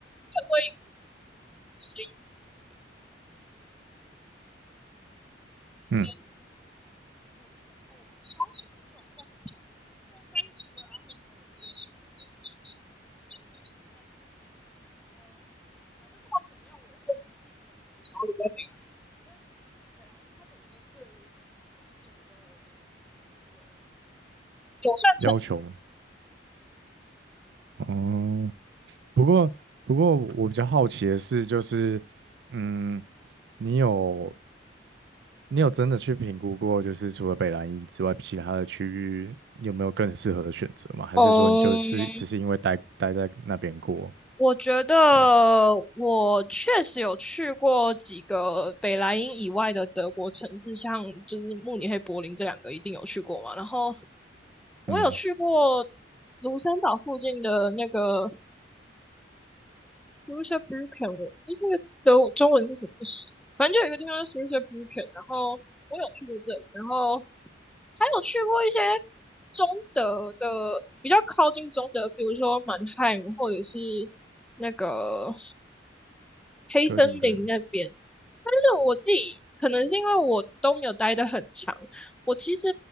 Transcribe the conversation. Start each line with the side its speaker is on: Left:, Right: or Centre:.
Centre: 会不会先
Right: 嗯，
Centre: 推轮或者什么。我哦我超喜欢蹦蹦，很漂亮。蹦应该是除了阿亨以外，我第二喜欢的德国城市。好，anyway 就是那几个，然后反正不管怎么样，我会尽可能的想要留在北莱茵，因为北莱茵它本身对于移民的那个那个友善程度，
Right: 要求吗？哦，不过不过我比较好奇的是，就是嗯，你有你有真的去评估过，就是除了北兰茵之外，其他的区域有没有更适合的选择吗？还是说你就是只是因为待待在那边过？
Centre: 嗯，我觉得我确实有去过几个北莱茵以外的德国城市，
Right: 对，
Centre: 像就是慕尼黑、柏林这两个一定有去过嘛。然后我有去过
Right: 嗯，
Centre: 卢森堡附近的那个 s c h u s w e b r i c k e n 我诶那个德中文是什么？反正就有一个地方叫 s c h u s w e b r i c k e n 然后我有去过这里，然后还有去过一些中德的比较靠近中德，比如说满汉或者是那个黑森林那边。
Right: 哥廷根
Centre: 但是我自己可能是因为我都没有待得很长，我其实